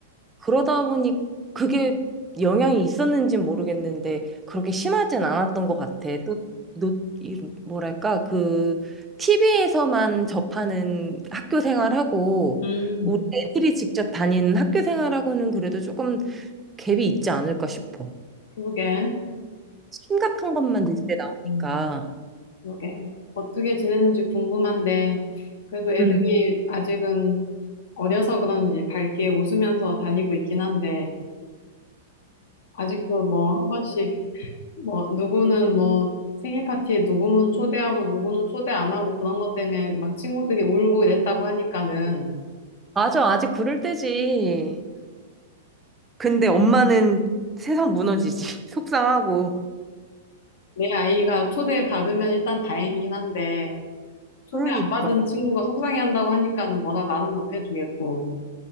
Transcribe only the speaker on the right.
그러다 보니 그게 영향이 있었는지 모르겠는데 그렇게 심하진 않았던 것 같아. 또, 노, 이- 뭐랄까, 그 TV에서만 접하는 학교 생활하고
우리 애들이 직접 다니는 학교 생활하고는 그래도 조금 갭이 있지 않을까 싶어.
심각한 것만 뉴스에 나오니까.
음.
맞아, 아직 그럴 때지. 근데 엄마는 세상 무너지지. <laughs> 속상하고.
그러니까.